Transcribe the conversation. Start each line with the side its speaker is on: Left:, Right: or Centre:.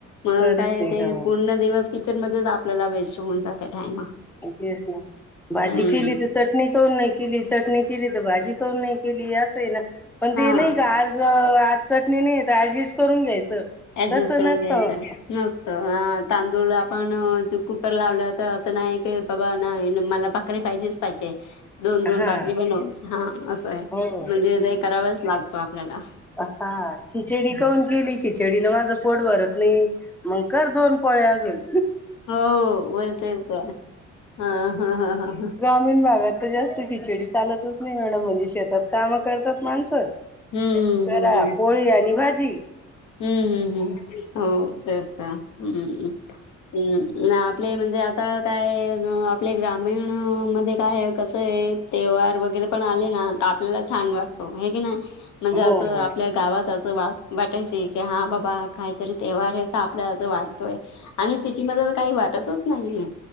Left: मग
Centre: खरंच
Left: काय
Centre: आहे
Left: ते
Centre: हो
Left: पूर्ण दिवस किचन मध्ये आपल्याला वेस्ट होऊन जाते टाइम.
Centre: तेच ना. भाजी
Left: हम्म
Centre: केली तर, चट णी कौन नाही केली. चटणी केली तर भाजी कौन नाही केली. असं हाय ना. पण ते
Left: हा
Centre: नाही का आज आज चटणी नाही आहे तर ऍडजस्ट करून घ्यायचं.
Left: ऍडजस्ट
Centre: तसं
Left: करून
Centre: नसतं
Left: घ्यायचं नसत. हा तांदूळ ला आपण कुकर लावलं तर असं नाही की बाबा ना मला भाकरी पाहिजेच पाहिजे. दोन दोन
Centre: हा
Left: भाकरी बनवावच हा असं आहे.
Centre: हो
Left: म्हणजे काही करावंच लागतो आपल्याला.
Centre: हा खिचडी करून गेली. खिचडीनं माझं पोट भरत नाही. मग कर दोन पोळ्या अजून.
Left: हो. वळखायच हा ह हा हा हा ह.
Centre: ग्रामीण भागात तर जास्त खिचडी चालतच नाही मॅडम. म्हणजे शेतात कामं करतात माणसं.
Left: हम्म
Centre: करा
Left: हम्म
Centre: पोळी आणि भाजी.
Left: हम्म हम्म हम्म हो तेच ना हम्ममम. हम्. आपले म्हणजे आता काय आपले ग्रामीण मध्ये काय आहे? कसं आहे? ते वार वगैरे पण आले ना. तर आपल्याला छान वाटतो हे की नाही. म्हणजे
Centre: हो
Left: असं
Centre: हो
Left: आपल्या गावात असं वा वाटायचे की हा बाबा काहीतरी तेव्हार येतात. आपले असं वाटतंय. आणि सिटी मध्ये तर काही वाटतच नाही.